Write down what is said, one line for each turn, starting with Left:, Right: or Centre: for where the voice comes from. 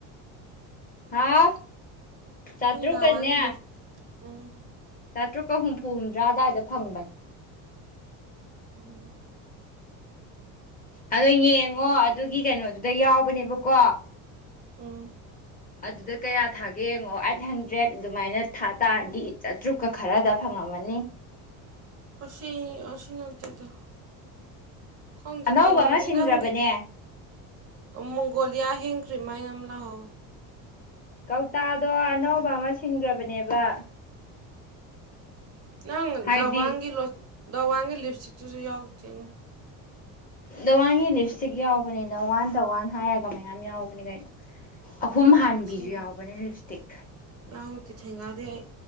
Left: ꯍꯥꯥꯎ ꯆꯥꯇ꯭ꯔꯨꯛ
Right: ꯅꯪ ꯊꯋꯥꯟꯒꯤ
Left: ꯀꯥꯅꯦ
Right: ꯂꯤꯞ ꯎꯝ
Left: ꯆꯥꯇ꯭ꯔꯨꯛꯀ ꯍꯨꯝꯐꯨ ꯍꯨꯝꯗꯔꯥ ꯑꯗꯥꯏꯗ ꯐꯪꯕꯅꯦ
Right: ꯎꯝ
Left: ꯑꯗꯨ ꯌꯦꯡꯉꯣ ꯑꯗꯨꯒꯤ ꯀꯩꯅꯣꯗꯨꯗ ꯌꯥꯎꯕꯅꯦꯕꯀꯣ
Right: ꯎꯝ
Left: ꯑꯗꯨꯗ ꯀꯌꯥ ꯊꯥꯒꯦ ꯌꯦꯡꯉꯣ ꯑꯩꯠ ꯍꯟꯗ꯭ꯔꯦꯠ ꯑꯗꯨꯃꯥꯏꯅ ꯊꯥ ꯇꯥꯔꯗꯤ ꯆꯥꯇ꯭ꯔꯨꯛꯀ ꯈꯔꯗ ꯐꯪꯉꯝꯃꯅꯤ
Right: ꯑꯁꯤ ꯑꯁꯤ ꯅꯠꯇꯦꯗ ꯈꯪꯗꯦ
Left: ꯑꯅꯧꯕ
Right: ꯊꯦꯡꯅꯗꯦ
Left: ꯑꯃ ꯁꯤꯟꯈ꯭ꯔꯕꯅꯦ
Right: ꯅꯪꯒꯤ ꯃꯣꯡꯒꯣꯂꯤꯌꯥ ꯍꯦꯡ ꯀ꯭ꯔꯤꯝ ꯍꯥꯏꯅ ꯑꯃ ꯂꯥꯛꯍꯧꯋꯦ
Left: ꯀꯧꯇꯥꯗꯣ ꯑꯅꯧꯕ ꯑꯃ ꯁꯤꯟꯈ꯭ꯔꯕꯅꯦꯕ
Right: ꯅꯪ
Left: ꯍꯥꯏꯗꯤ
Right: ꯗꯋꯥꯡꯒꯤ ꯂꯣ ꯗꯋꯥꯡꯒꯤ ꯂꯤꯞꯁꯇꯤꯛꯇꯨꯁꯨ ꯌꯥꯎꯗꯦꯉꯣ
Left: ꯗꯋꯥꯟꯒꯤ ꯂꯤꯞꯁꯇꯤꯛ ꯌꯥꯎꯕꯅꯤ ꯗꯋꯥꯟ ꯗ ꯋꯥꯟ ꯍꯥꯏꯔꯒ ꯃꯌꯥꯝ ꯌꯥꯎꯕꯅꯦ ꯀꯩꯅꯣ ꯑꯍꯨꯝ ꯍꯥꯟꯕꯤꯁꯨ
Right: ꯁꯤꯟꯅꯗꯦ
Left: ꯌꯥꯎꯕꯅꯦ ꯂꯤꯞꯁꯇꯤꯛ
Right: ꯌꯥꯎꯗꯦ ꯊꯦꯡꯒꯗꯦ ꯑꯩ